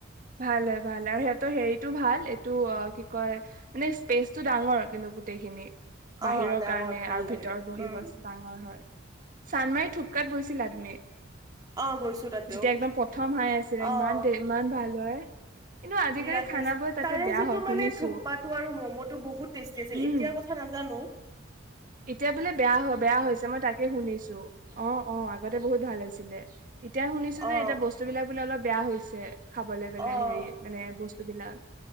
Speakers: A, on the right (about 40°); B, on the right (about 20°).
A: ভাল হয় ভাল আৰু সিহঁতৰ হেৰিটো ভাল এইটো অ কি কয় মানে স্পেচটো ডাঙৰ কিন্তু গোটেইখিনি
B: অ
A: বাহিৰৰ
B: ডাঙৰ
A: কাৰণে
B: ভাল
A: আৰু
B: লাগে
A: ভিতৰত বহিব
B: উম
A: ব ডাঙৰ হয় চানমাই থোপকাত গৈছিলা তুমি
B: অহ গৈছো তাতেও
A: যেতিয়া একদম প্ৰথম হাই আছিলে
B: অহ
A: ইমান দে- ইমান ভাল হয় কিন্তু আজিকালি
B: বিৰাট
A: খানাবোৰ
B: টেষ্ট
A: তাতে
B: তাৰে
A: বেয়া
B: যিটো
A: হয় শুনিছো
B: মানে থোপ্পাটো আৰু ম'ম'টো বহুত টেষ্টি আছিল
A: উম
B: এতিয়াৰ কথা নাজানো হেল্ল'
A: এতিয়া বোলে বেয়া বেয়া হৈছে মই তাকে শুনিছো অ অ আগতে বহুত ভাল আছিলে চি এতিয়া শুনিছো যে
B: অ
A: এতিয়া বস্তুবিলাক বোলে অলপ বেয়া হৈছে খাবলৈ বেলেগ
B: অ
A: হেৰি মানে বস্তু বস্তুবিলাক